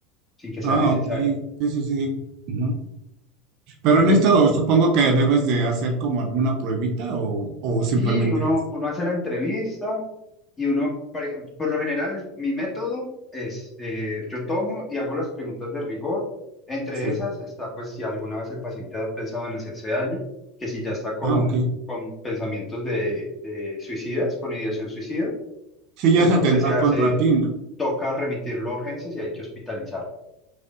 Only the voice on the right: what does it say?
Ah,
ok, sí, sí, sí. sí. Ujú. Pero
en esto supongo que debes de hacer como alguna pruebita o, o simplemente,
es-
sí.
Ah, ok.
Sí, ya
es
atentar
contra ti, ¿no?